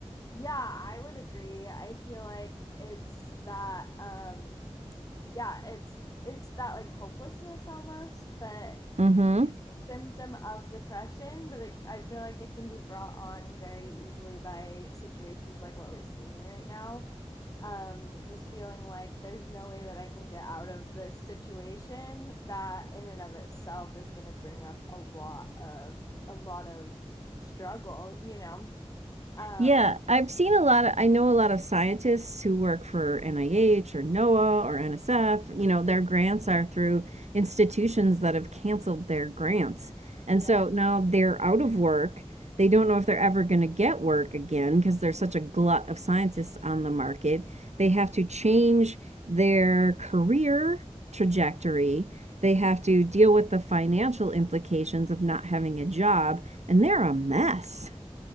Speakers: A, on the left; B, on the right.
A: Yeah, I would agree. I feel like it's that um yeah, it's it's that like hopelessness almost that
B: Mm-hmm.
A: is the symptom of depression, but it, I feel like it can be brought on very easily by situations like what we're seeing right now um, just feeling like there's no way that I can get out of this situation. That in and of itself is going to bring up a lot of a lot of struggle, you know. Um,
B: Yeah, I've seen a lot of I know a lot of scientists who work for NIH or NOAA or NSF, you know, their grants are through institutions that have canceled their grants. And
A: yeah,
B: so now they're out of work. They don't know if they're ever going to get work again because there's such a glut of scientists on the market. They have to change their career trajectory. They have to deal with the financial implications of not having a job, and they're a mess.